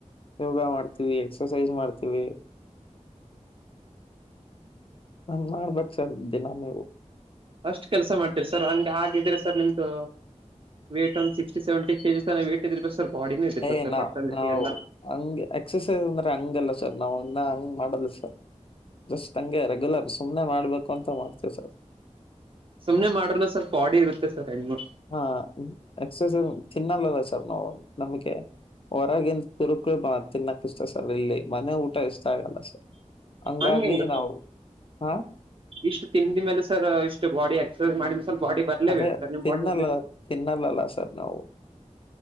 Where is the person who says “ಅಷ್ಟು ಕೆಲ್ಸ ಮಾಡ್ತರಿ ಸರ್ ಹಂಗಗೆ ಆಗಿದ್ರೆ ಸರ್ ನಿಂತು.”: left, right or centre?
Right